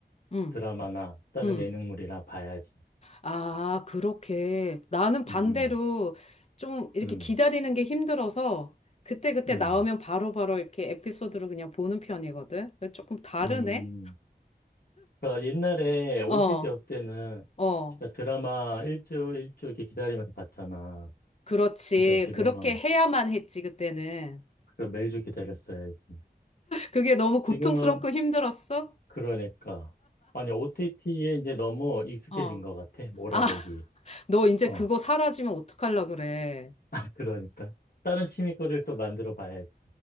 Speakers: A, on the left; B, on the left.
A: 응,
B: 드라마나 다른
A: 응.
B: 예능물이나 봐야지.
A: 아, 그렇게. 나는 반대로
B: 음,
A: 좀 이렇게
B: 음,
A: 기다리는 게 힘들어서 그때그때
B: 음.
A: 나오면 바로바로 이렇게 에피소드로 그냥 보는 편이거든. 근데 조금 다르네?
B: 음, 그러니까 옛날에 OTT였을
A: 어,
B: 때는
A: 어.
B: 진짜 드라마 일주 일주 이렇게 기다리면서 봤잖아.
A: 그렇지.
B: 근데 지금은
A: 그렇게 해야만 했지, 그때는.
B: 그걸 매주 기다렸어야지.
A: 그게 너무
B: 지금은
A: 고통스럽고 힘들었어?
B: 그러니까 아니 OTT에 이제 너무 익숙해진
A: 어.
B: 것 같아. 몰아보기.
A: 아, 너 이제
B: 어,
A: 그거 사라지면 어떡하려 그래.
B: <laughs> 그러니까 다른 취미거리를 또 만들어 봐야지.